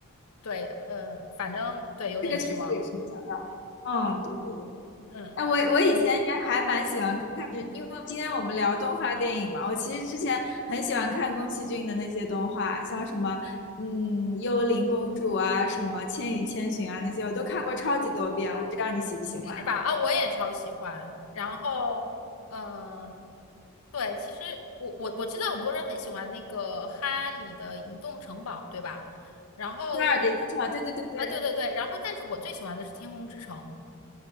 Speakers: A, on the left (about 80°); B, on the left (about 50°).
A: 对，呃，反正对，有点失望，
B: 这个确实也是没想到。嗯，对对对。
A: 嗯，
B: 哎，我我以前也还蛮喜欢看，因为今天我们聊动画电影嘛，我其实之前很喜欢看宫崎骏的那些动画，像什么嗯《幽灵公主》啊，什么《千与千寻》啊那些，我都看过超级多遍。我不知道你喜不喜欢
A: 是吧？啊，我也超喜欢。然后，嗯、对，其实我我我知道很多人很喜欢那个哈利的移动城堡，对吧？然后，
B: 《哈尔的移动城堡》？
A: 呃，
B: 对对对对，
A: 啊，对对对，然后但是我最喜欢的是天空之城。